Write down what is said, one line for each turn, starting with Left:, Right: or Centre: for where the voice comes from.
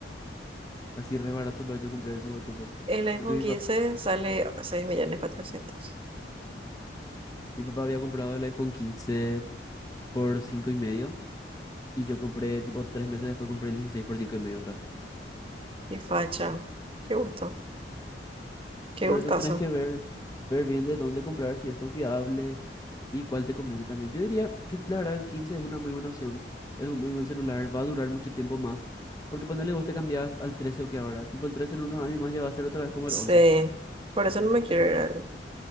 Left: Así re barato lo yo compré en su tiempo.
Right: el iPhone
Left: Porque mi
Right: 15
Left: papá,
Right: sale 6 millones 400.
Left: mi papá había comprado el iPhone 15 por cinco y medio Y yo compré, tipo, tres meses después compré el 16 por 5 y medio otra. vez.
Right: Qué facha. Qué gusto. Qué
Left: Por
Right: gustazo.
Left: eso tenés que ver, ver bien de dónde comprar, si es confiable y cuál te conviene también. Yo diría que la verdad el 15 es una muy buena opción. Es un muy buen celular, va a durar mucho tiempo más. Porque ponele vos te cambiás al 13 o que ahora. Tipo, el 13 en unos años más ya va a ser otra vez como
Right: Sí,
Left: el once
Right: por eso no me quiero ir al,